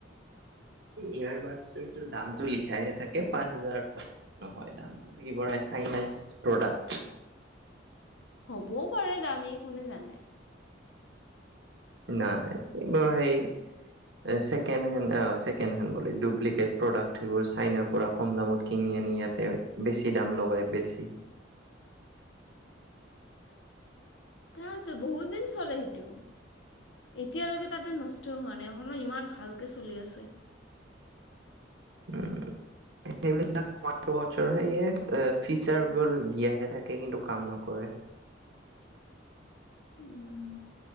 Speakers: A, on the right (about 65°); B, on the left (about 75°).
A: এয়াৰবাদচটো সেইটো দামতটো লিখাহে থাকে। পাঁচ হাজাৰ নহয় দাম। কি বঢ়াই চাইনিজ প্ৰডাক্ট।
B: হ'বও পাৰে, দামি কোনে জানে।
A: নাই, এইবোৰ সেই ছেকেড হেণ্ড, ছেকেড হেণ্ড বোলে, ডুপ্লিকট প্ৰডাকট সেইবোৰ চাইনাৰ পৰা কম দামত কিনি আনি, ইয়াতে বেছি দাম লগাই বেছে।
B: ততো বহুত দিন চলে সেইটো। এতিয়ালৈকে তাৰটো নষ্ট হোৱা নাই, এখনো, ইমান ভালকে চলি আছে।
A: উ সেইবিলাক স্মাৰ্ট ৱাছৰ সেয়ে, ফিচাৰবোৰ দিয়াহে থাকে, কিন্তু কাম নকৰে।
B: উম!